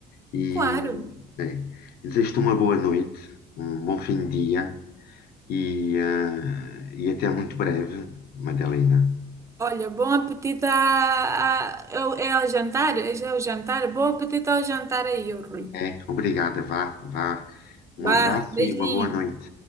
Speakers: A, on the left; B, on the right.
A: E
B: Claro.
A: eh, é, desejo-te uma boa noite, um bom fim de dia e, eh, e até muito breve, Madalena.
B: Olha, bom apetite a, a- é o- é ao jantar? É já o jantar? Bom apetite ao jantar aí, ô Rui.
A: É, obrigada, vá, vá. Um
B: Bah,
A: abraço
B: beijinho.
A: e uma boa noite.